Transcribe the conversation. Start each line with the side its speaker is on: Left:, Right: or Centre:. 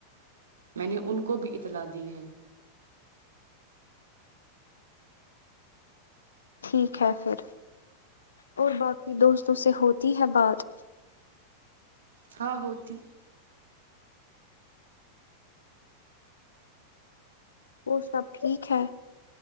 Right: میں نے ان کو بھی اطلاع دی ہے
Left: ٹھیک ہے پھر اور باقی دوستوں سے ہوتی ہے بات
Right: ہاں ہوتی
Left: وہ سب ٹھیک ہے